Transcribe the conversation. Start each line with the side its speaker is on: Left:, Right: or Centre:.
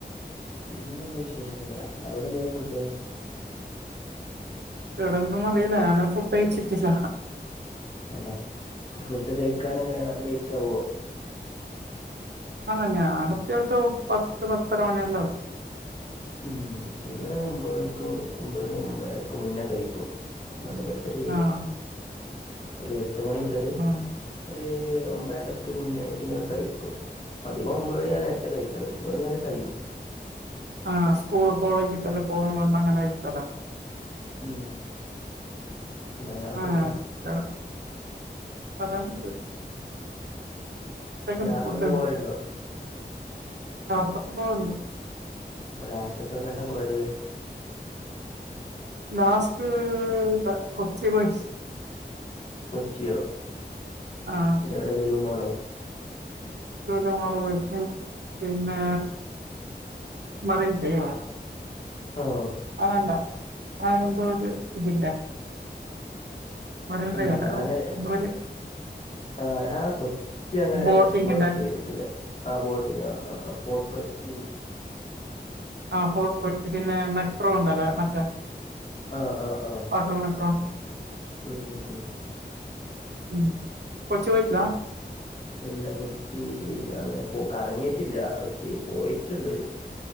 Left: പിന്നെ നല്ല വിശേഷങ്ങള് അവിടെ എന്തേന്നു ഫുഡ്
Right: ഇവിടെന്തോന്ന് അറിയില്ല ഞാൻ ഫുഡ് കഴിച്ചിട്ടില്ല.
Left: അതോ ഫുഡ് കഴിക്കാൻ എങ്ങനെ ലേറ്റാവോ
Right: ആഹ് ഞാൻ അത്യാവശ്യം പത്ത് പത്തരമണിയെല്ലോ ആകും.
Left: ഉം ഇവിടെ ഒമ്പത് മണിക്ക് ഒമ്പത് മണി ഒമ്പേരക്ക് മുന്നേ കഴിക്കും. ആണോ അടുത്തെ ചെയ്യാം
Right: ആഹ്
Left: ഒരു എട്ട് മണി മുതലേ
Right: ആഹ്
Left: ഒര് ഒമ്പരക്ക് മുന്നായിട്ട് ഇങ്ങനെ കഴിക്കും അധികം ഒമ്പത് മണിയാ നേരത്തെ കഴിക്കല് ഒമ്പത്ണിയാണ് ടൈം.
Right: ആഹ് സ്കൂള് കോളേജെല്ലാം പോകണ്ട അങ്ങനെ കഴിക്കല്ല
Left: ഉം വേറെപ്പ
Right: ആഹ്
Left: എന്താ
Right: ക്ക അതെന്ത് <unintelligible>
Left: യാത്രൊക്കെ
Right: ഫുഡ് ആഹ്
Left: പോവലുണ്ടോ
Right: <unintelligible>
Left: ലാസ്റ്ററ്റ്പ്പ എങ്ങോട്ടാ പോയത്
Right: ലാസ്റ്റ് കൊച്ചി പോയി
Left: കൊച്ചിയോ
Right: ആഹ്
Left: എവിടെ ലുലുമാളോ
Right: ലുലുമാള് പോയി പിന്നെ മറൈൻ ഡ്രൈവോ
Left: ഓഹ്
Right: അആണ്ട പഴംപൊരി ഇതില്ലേ മറൈൻ ഡ്രൈവല്ല
Left: ഉം ഞാന്
Right: <inaudible>
Left: ആഹ് ഞാൻ കൊച്ചി അങ്ങനെ
Right: ബോട്ടിങ്ങിന്റെ
Left: എക്സ്പ്ലോർ ചെയ്തിട്ടില്ല. ആഹ് ബോട്ടിംഗ ആഹ് ആഹ് ഫോർട്ട് കൊച്ചി.
Right: ആഹ് ഫോർട്ട് കൊച്ച് പിന്നെ മെട്രോ ഉണ്ടല്ലേ മറ്റേ
Left: ആഹ് ആഹ് ആഹ്
Right: വാട്ടർ മെട്രോ
Left: ഉം ഉം ഉം
Right: ഉം കൊച്ചി പോയിട്ടില്ല
Left: ഉം അഹ് ഇല്ല കൊച്ചി അങ്ങനെ പോ കറങ്ങിയിട്ടില്ല കൊച്ചി പോയിട്ടുണ്ട്.